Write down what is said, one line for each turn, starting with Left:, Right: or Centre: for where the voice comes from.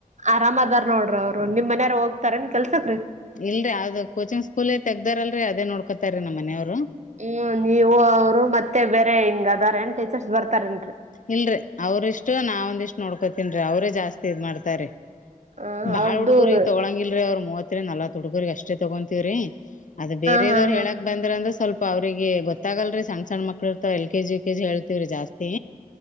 Right: ಆರಾಮ್ದಾರ ನೋಡ್ರಿ ಅವರು ನಿಮ್ ಮನೆಯಾರ ಹೋಗ್ತಾರ ಎನ್ ಕೆಲ್ಸಕ್
Left: ಇಲ್ರೀ ಅದು ಕೋಚಿಂಗ್ ಸ್ಕೂಲ್ ತಗ್ದಾರಲ್ರಿ ಅದೇ ನೋಡ್ಕೋತಾರೀ ನಮ್ಮ ಮನೆಯವರು
Right: ಹ್ಮ್ ನೀವು ಅವರು ಮತ್ತೆ ಬೇರೆ ಹಿಂಗ ಅದ ಬೆಂಡ ಟೀಚರ್ಸ್ ಬರ್ತಾರೇನ್ರಿ
Left: ಇಲ್ರಿ ಅವ್ರ್ ಇಷ್ಟು ನಾವ್ ಒಂದಿಷ್ಟ್ ನೋಡ್ಕೋತನ್ರಿ ಅವ್ ಜಾಸ್ತಿ ಇದ್ ಮಾಡ್ತಾರೆ
Right: ಹ
Left: ಬಾಳ್
Right: ಅವ್ರ್ದು
Left: ಹುಡ್ಗುರಿ
Right: ಹ
Left: ತೊಗೊಂಗಿಲ್ರರಿ ಅವ್ರ ಮೂವತ್ ಇ ನಲ್ಲ ತುಡುಕರಿಗೆ ಅಷ್ಟ ಅಷ್ಟೆ ತಗೊತೀವ್ರೀ ಅದು ಬೇರೆದವ್
Right: ಹಾ ಹಾ
Left: ಹೇಳಾಕ್ ಬಂದ್ರ ಅಂದ್ರೆ ಸ್ವಲ್ಪ ಅವ್ರಿಗೆ ಗೊತ್ತಾಗಲ್ರಿ ಸಣ್ಣ ಸಣ್ಣ ಮಕ್ಳರ್ತ L K G U KG ಹೇಳ್ತವ್ರೀ ಜಾಸ್ತಿ